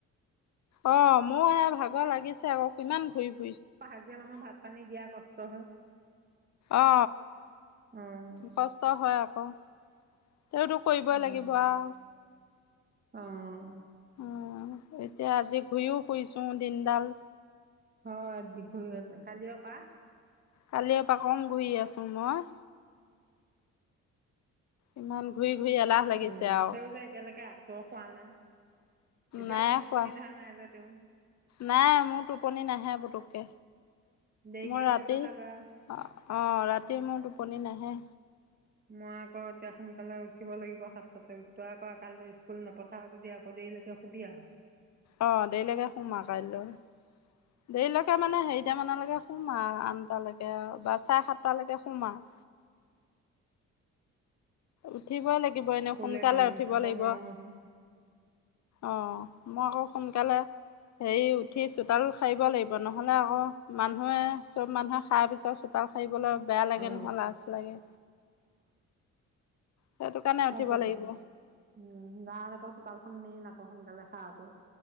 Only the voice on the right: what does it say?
আকৌ হাজিৰা মানুহ ভাত পানী দিয়া কষ্ট হয়
অ',
উম।
অ',
অ দীঘলীয়াকে কালিঅ পা
অ
তেও যে এতিয়ালেকে আছ শুৱা নাই এতিয়ালেকে
টোপনি
ধৰা নাই যে তেও
দেৰিকে
উঠিছ
চাগৈ
আৰু
মই আকৌ এতিয়া সোনকালে উঠিব লাগিব সাতটাতে তই আকৌ কাইলৈ স্কুল নপঠাও যদি আকৌ দেৰিলৈকে শুবি আৰ
শুলে
শুব
নোৱাৰো নহয়
অ
সেইটো
এ
টো উম মাৰ আকৌ চোতালখন মেইন আকৌ সোনকালে সাৰাটো